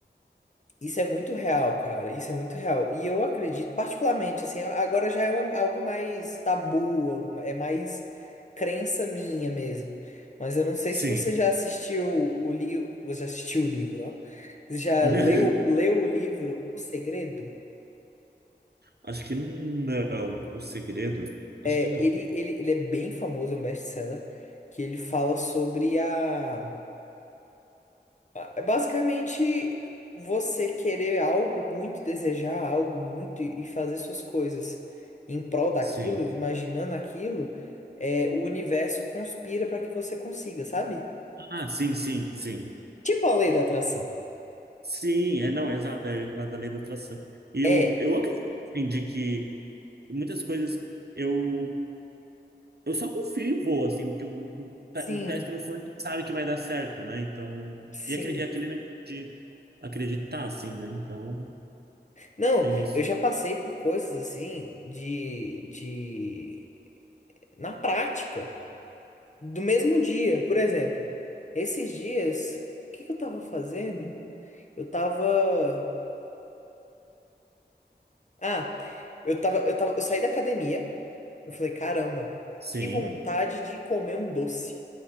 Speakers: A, on the left; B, on the right.
A: Isso é muito real, cara. Isso é muito real. E eu acredito, particularmente, assim, agora já é um- algo mais tabu, é mais crença minha mesmo. Mas eu não sei
B: Sim.
A: se você já assistiu o livro. Você já assistiu o livro, ó. Você já
B: <laughs>
A: leu, leu o livro O Segredo?
B: Acho que não. O segredo?
A: É,
B: Acho que não.
A: ele, ele, ele é bem famoso, é um best-seller, que ele fala sobre a Ah, É basicamente você querer algo muito, desejar algo muito e e fazer suas coisas em prol daquilo,
B: Sim.
A: imaginando aquilo, é, o universo conspira para que você consiga, sabe?
B: Ah, sim, sim, sim.
A: Tipo a lei da atração.
B: Sim, é, não, é exato. é, Eu ia falar da lei da atração. E
A: É,
B: eu, eu acredito, assim, de que muitas coisas eu, eu só confio e vou, assim, porque eu,
A: Sim.
B: pa- me parece que no fundo a gente sabe que vai dar certo, né? Então,
A: sim.
B: e aquele, e aquele negócio de acreditar, assim, né? Então,
A: Não,
B: tem isso.
A: eu já passei por coisas assim de, de na prática, do mesmo dia, por exemplo. Esses dias, o que que eu tava fazendo? Eu tava. Ah, eu tava, eu tava, eu saí da academia. Eu falei, caramba,
B: Sim.
A: que vontade de comer um doce.